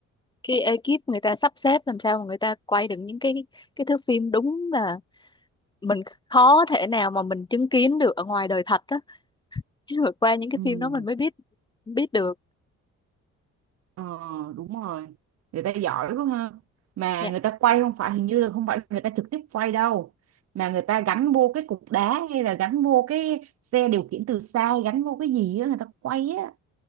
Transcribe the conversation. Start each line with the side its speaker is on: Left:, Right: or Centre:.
Left: cái ekip người ta sắp xếp làm sao mà người ta quay được những cái cái thước phim đúng là mình khó thể nào mà mình chứng kiến được ở ngoài đời thật đó <laughs> chứ vượt qua những cái
Right: ừ
Left: phim đó mình mới biết biết được
Right: ờ đúng rồi người ta giỏi quá ha mà
Left: dạ
Right: người ta quay không phải hình như là không phải người ta trực tiếp quay đâu mà người ta gắn vô cái cục đá hay là gắn vô cái xe điều khiển từ xa gắn vô cái gì á người ta quay á